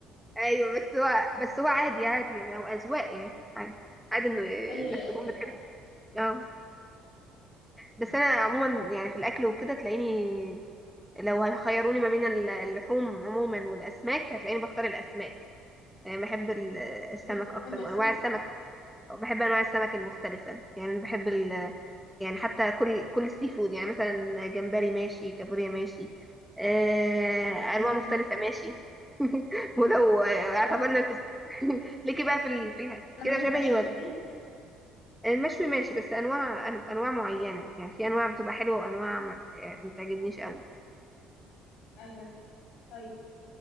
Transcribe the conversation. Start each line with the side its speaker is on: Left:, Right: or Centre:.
Centre: ايوه بس هو بس هو عادي عادي يعني هو اذواق يعني عادي عادي انه
Left: <laughs> ايوه
Centre: الناس
Left: يا
Centre: تكون
Left: اذواق
Centre: بتحب
Left: فعلا
Centre: اه بس انا عموما يعني في الاكل وكده تلاقيني لو هيخيروني ما بين ال- اللحوم عموما والاسماك هتلاقيني بختار الاسماك يعني بحب ال- السمك
Left: كده بتحبي
Centre: اكتر
Left: السمك
Centre: وانواع السمك بحب انواع السمك المختلفه يعني بحب ال... يعني حتى كل كل السي فود يعني مثلا جمبري ماشي كابوريا ماشي آه،
Left: امم
Centre: انواع مختلفه ماشي <laughs> ولو آه،
Left: طب
Centre: اعتبرنا
Left: هو
Centre: في <laughs> ليكي بقى في ال... في ال...
Left: السمك
Centre: كده شبهي
Left: المشوي
Centre: ولا
Left: بتحبيه
Centre: المشوي ماشي بس انواع أن- انواع معينه يعني في انواع بتبقى حلوه وانواع ما بت- آه، ما بتعجبنيش قوي
Left: ايوه طيب